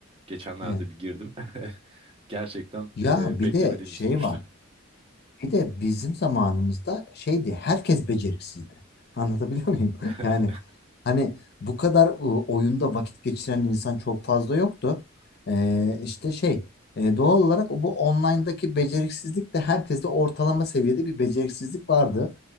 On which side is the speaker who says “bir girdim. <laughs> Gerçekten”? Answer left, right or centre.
Right